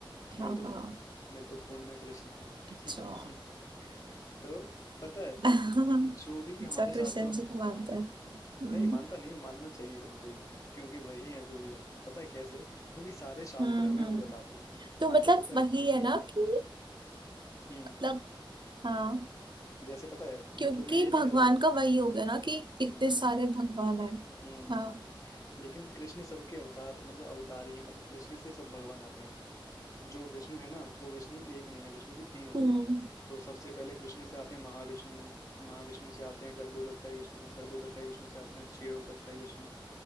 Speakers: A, on the right (about 60°); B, on the left (about 35°).
A: हाँ
B: मेरे तो
A: हाँ
B: मेरे तो खून में कृष्ण है <laughs>
A: अच्छा
B: तो पता है
A: <laughs>
B: जो भी
A: अच्छा
B: हमारे शास्त्रों
A: कृष्ण जी को मानते
B: हाँ
A: हैं हम्म
B: नहीं मानता नहीं हूं, मानना चाहिए उनको ही क्योंकि वही है जो भी है पता है कैसे क्योंकि सारे शास्त्र
A: हम्म
B: हमें
A: हम्म
B: वो बताते हैं
A: तो मतलब
B: आपको पता है
A: वही है
B: हम्म
A: ना कि
B: हम्म हम्म
A: मतलब हाँ
B: जैसे पता है
A: क्योंकि
B: मतलब मैं ये नहीं
A: भगवान
B: कह रहा
A: का वही हो गया ना कि
B: हम्म
A: इतने सारे भगवान है
B: हम्म
A: हाँ
B: लेकिन कृष्ण सबके अवतार मतलब अवतार ही हैं मतलब कृष्ण से सब भगवान आते हैं जो विष्णु है ना वो विष्णु एक नहीं है विष्णु भी तीन होते
A: हम्म
B: हैं तो सबसे पहले कृष्ण से आते हैं महाविष्णु महाविष्णु से आते हैं गर्भोदकसाई विष्णु गर्भोदकसाई विष्णु से आते हैं क्षीरोदकसाई विष्णु